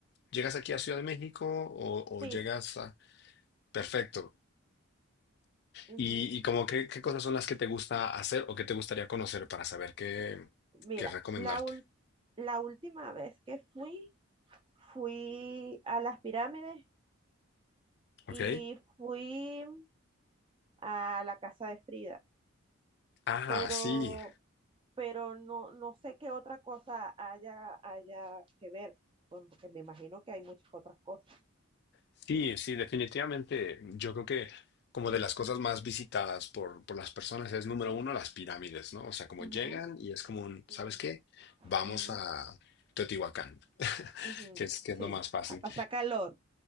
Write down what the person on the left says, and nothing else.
llegas aquí a Ciudad de México o, o
llegas a... Perfecto.
Y, y como qué, qué cosas son las que te gusta hacer o qué te gustaría conocer para saber qué,
qué recomendarte.
¿Ok?
Ah,
sí,
sí, sí, definitivamente. Yo creo que como de las cosas más visitadas por, por las personas es número uno las pirámides, ¿no? O sea, como
llegan y es como un, ¿sabes
qué? Vamos
a Teotihuacán,
que es, que
es lo más fácil.